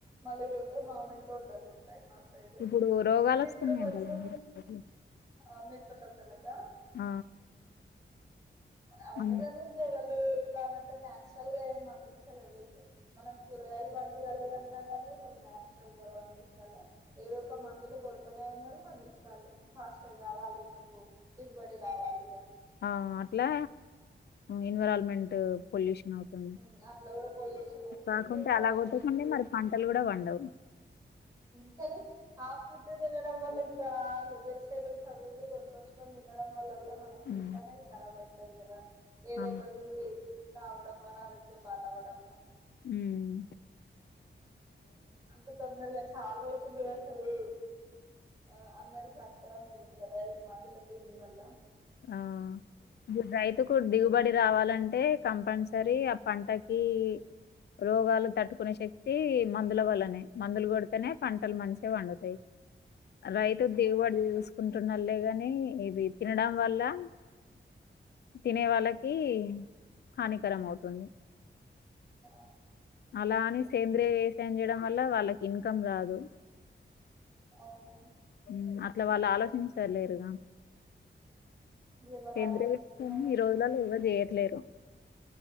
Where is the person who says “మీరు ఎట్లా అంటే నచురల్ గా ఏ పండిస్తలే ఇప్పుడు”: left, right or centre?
Right